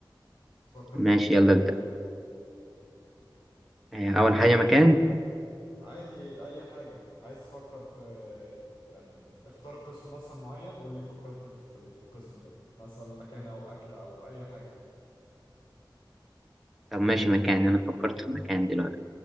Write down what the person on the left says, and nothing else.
تفكر
في مكان
يعني
عادي أي حاجة عايز تفكر في يعني اختار قسم مثلا معين قول لي فكرت في القسم ده مثلا مكان أو أكلة أو أي حاجة